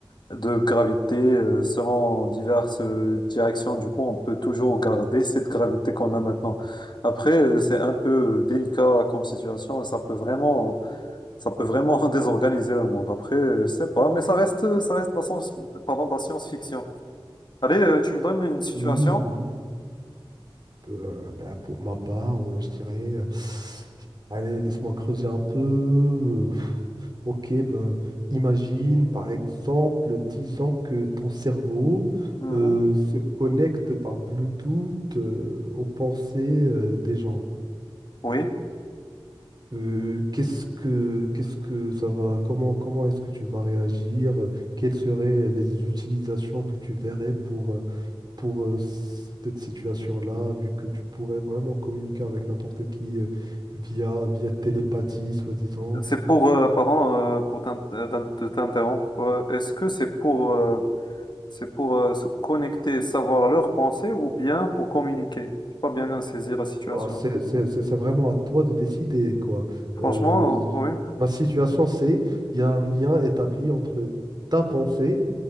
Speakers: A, on the left; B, on the right.
A: de gravité euh, selon diverses euh, directions. Du coup, on peut toujours garder cette gravité qu'on a maintenant. Après, euh, c'est un peu euh, délicat comme situation et ça peut vraiment, ça peut vraiment <laughs> désorganiser le monde. Après, euh, je sais pas, mais ça reste, ça reste la science, pardon, de la science-fiction. Allez, euh, tu me donnes une situation?
B: Oui, oui. Euh, bah, pour ma part, euh, je dirais, euh, allez, laisse-moi creuser un peu. Ok, ben, imagine par exemple, disons que ton cerveau
A: Mhm.
B: euh, se connecte par Bluetooth euh, aux pensées euh, des gens.
A: Oui.
B: Euh, qu'est-ce que, qu'est-ce que ça va, comment, comment est-ce que tu vas réagir? euh, Quelles seraient les utilisations que tu verrais pour, euh, pour euh, cette situation-là, vu que tu pourrais vraiment communiquer avec n'importe qui euh, via, via télépathie, soi-disant?
A: C'est pour, euh, pardon, euh, pour t'in- euh, t'in- de t'interrompre. Euh, Est-ce que c'est pour euh, C'est pour euh, se connecter, savoir leurs pensées ou bien pour communiquer. Je pas bien saisir la situation.
B: Oh, C'est c'est- c'est- c'est vraiment à toi de décider, quoi.
A: Franchement,
B: Euh,
A: euh, oui.
B: ma situation, c'est il y a un lien établi entre ta pensée,